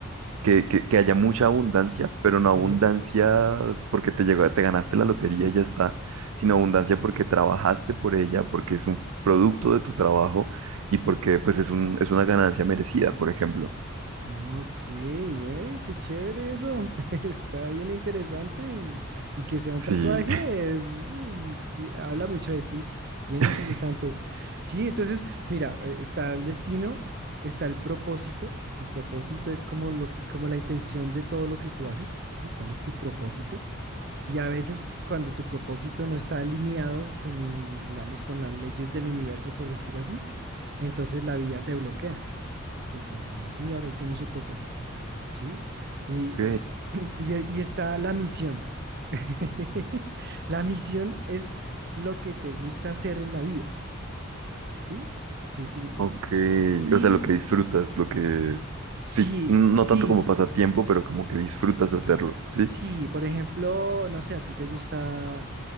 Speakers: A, on the right (about 85°); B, on the right (about 50°).
A: que, que, que haya mucha abundancia, pero no
B: sí.
A: abundancia porque te llegó, te ganaste la lotería y ya está, sino abundancia porque trabajaste por ella, porque es un producto de tu trabajo y porque pues es un, es una ganancia merecida, por ejemplo.
B: Ok, güey, qué chévere eso. <laughs> Está bien interesante. Y que sea un
A: Sí.
B: tatuaje, es- es- habla mucho de ti. Bien
A: <laughs>
B: interesante. Sí, entonces, mira, eh, está el destino, está el propósito. El propósito es como lo, como la intención de todo lo que tú haces, ¿sí? ¿Cuál es tu propósito? Y a veces cuando tu propósito no está alineado con, digamos, con las leyes del universo, por decirlo así, entonces la vida te bloquea. Te dicen, no, señor, ese no es su propósito, ¿sí? Y,
A: Ok,
B: y, e, y está la misión. <laughs> la misión es lo que te gusta hacer en la vida, ¿sí? Sí, sí.
A: ok.
B: Y
A: O sea, lo que disfrutas, lo que...
B: sí,
A: Sí, no
B: sí,
A: tanto como pasatiempo, pero como que disfrutas hacerlo, ¿sí?
B: sí. Por ejemplo, no sé, a ti te gusta